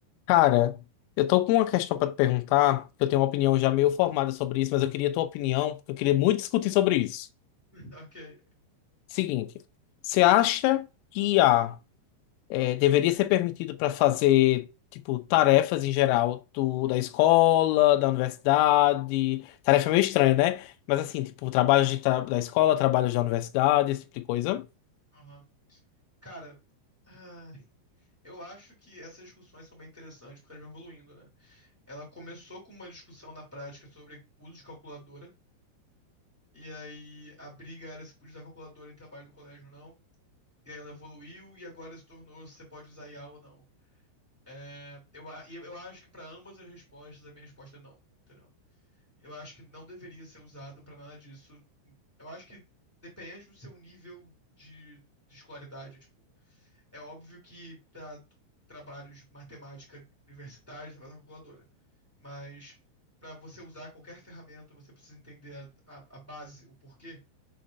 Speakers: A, on the left (about 85°); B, on the right (about 20°).
A: Cara, eu tô com uma questão pra te perguntar, que eu tenho uma opinião já meio formada sobre isso, mas eu queria a tua opinião, porque eu queria muito discutir sobre isso.
B: <laughs> Ok.
A: Seguinte, você acha que IA é, deveria ser permitido para fazer, tipo, tarefas em geral do, da escola, da universidade. Tarefa meio estranha, né? Mas assim, tipo, trabalhos de tra- da escola, trabalhos da universidade, esse tipo de coisa.
B: aham. Cara, ai, eu acho que essas discussões são bem interessantes porque elas vão evoluindo, né? Ela começou com uma discussão na prática sobre uso de calculadora, e aí a briga era se podia usar calculadora em trabalho do colégio ou não, e aí ela evoluiu e agora se tornou se você pode usar IA ou não. É, eu, a- e eu eu acho que para ambas as respostas, a minha resposta é não, entendeu? Eu acho que não deveria ser usado para nada disso. Eu acho que depende do seu nível de, de escolaridade, tipo. É óbvio que para trabalhos de matemática universitários você vai usar calculadora, mas para você usar qualquer ferramenta você precisa entender a, a- a base, o porquê.